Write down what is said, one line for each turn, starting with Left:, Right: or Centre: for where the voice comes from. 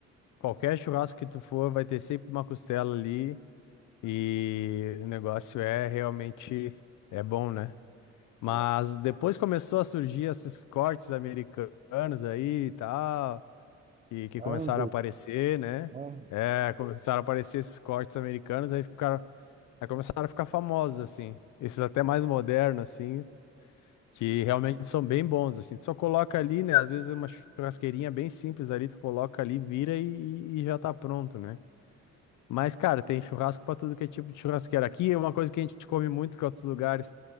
Left: Qualquer churrasco que tu for, vai ter sempre uma costela ali e o negócio é realmente é bom, né? Mas
Right: É,
Left: depois começou a surgir esses cortes americanos aí e tal. que, que começaram
Right: angus,
Left: a aparecer, né?
Right: né?
Left: É, começaram a aparecer esses cortes americanos, aí ficaram, aí começaram a ficar famosos, assim. Esses até mais modernos, assim, que realmente são bem bons, assim. Tu só coloca ali, né? Às vezes uma churrasqueirinha bem simples ali, tu coloca ali, vira e, e- e já tá pronto, né? Mas, cara, tem churrasco pra tudo que é tipo de churrasqueira. Aqui é uma coisa que a gente come muito que é outros lugares